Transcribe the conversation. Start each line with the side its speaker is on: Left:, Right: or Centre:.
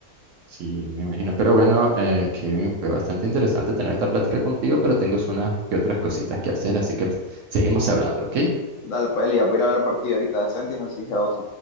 Right: Sí, me imagino. Pero bueno, eh, Kevin, fue bastante interesante tener esta plática contigo, pero tengo unas que otras cositas que hacer, así que seguimos hablando, ¿ok?
Left: Dale, pues, Elia, voy a ir a ver el partido ahorita de Sentinels y G2.